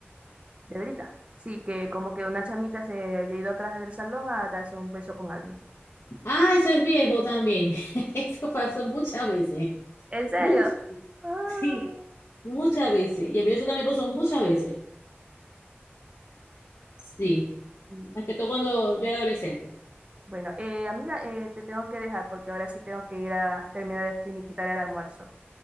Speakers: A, on the right; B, on the left.
A: de Brita. Sí, que como que una chamita se había ido atrás del salón a darse un beso con alguien.
B: Ah, eso es viejo también. <laughs> Eso pasó muchas veces.
A: ¿En serio?
B: Mucho.
A: Ah,
B: Sí. Muchas veces. Y a mí eso también pasó muchas veces. Sí.
A: sí.
B: Más que todo cuando yo era adolescente.
A: Bueno, eh, amiga, eh, te tengo que dejar porque ahora sí tengo que ir a terminar de finiquitar el almuerzo.